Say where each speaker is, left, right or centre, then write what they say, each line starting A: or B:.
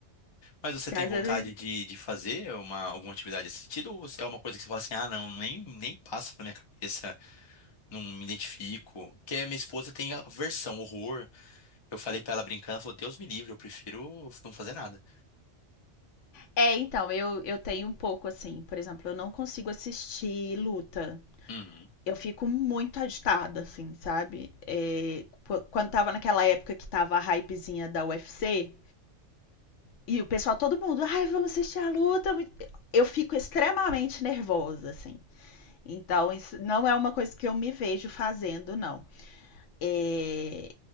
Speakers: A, on the left; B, on the left.
A: Mas você
B: Que
A: tem
B: às
A: vontade
B: vezes.
A: de, de fazer uma, alguma atividade desse sentido? Ou você- é uma coisa que você fala assim, ah, não, nem, nem passa pela minha cabeça, não me identifico? Porque a minha esposa tem aversão, horror. Eu falei pra ela brincando, ela falou, Deus me livre, eu prefiro não fazer nada.
B: É, então, eu, eu tenho um pouco assim, por exemplo, eu não consigo assistir luta.
A: Uhum.
B: Eu fico muito agitada, assim, sabe? É, qu- quando tava naquela época que tava a hypezinha da UFC, e o pessoal, todo mundo, ai, vamos assistir a luta. muito-" Eu fico extremamente nervosa, assim. Então, isso não é uma coisa que eu me vejo fazendo, não. É,